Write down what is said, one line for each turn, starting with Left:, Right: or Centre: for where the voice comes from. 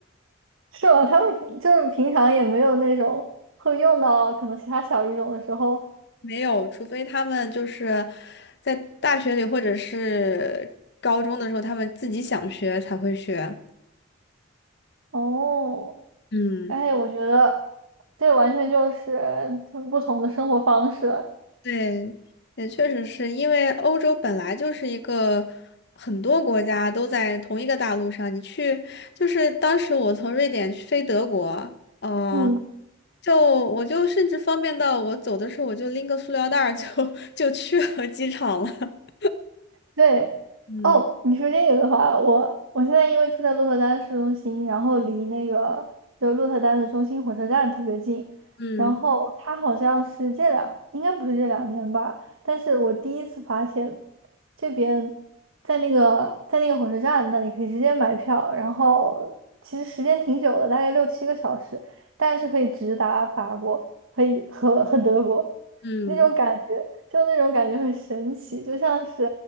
Right: 是吧？他们平就是平常也没有那种会用到可能其他小语种的时候。
Left: <laughs> 没有，除非他们就是在大学里或者是高中的时候，他们自己想学才会学。
Right: 哦，
Left: 嗯。
Right: 哎，我觉得这完全就是嗯不同的生活方式。
Left: 对，也确实是因为欧洲本来就是一个很多国家都在同一个大陆上，你去就是当时我从瑞典去飞德国，嗯，
Right: 嗯。
Left: 就我就甚至方便到我走的时候我就拎个塑料袋儿就 <laughs> 就去了机场了。<laughs>
Right: 对，
Left: 嗯
Right: 哦，你说这个的话，我我现在因为住在鹿特丹市中心，然后离那个就鹿特丹的中心火车站特别近，
Left: 嗯
Right: 然后它好像是这两，应该不是这两年吧，但是我第一次发现这边在那个在那个火车站那里可以直接买票，然后其实时间挺久的，大概六七个小时，但是可以直达法国，可以和和德国。<laughs>
Left: 嗯，
Right: 那种感觉，就那种感觉很神奇，就像是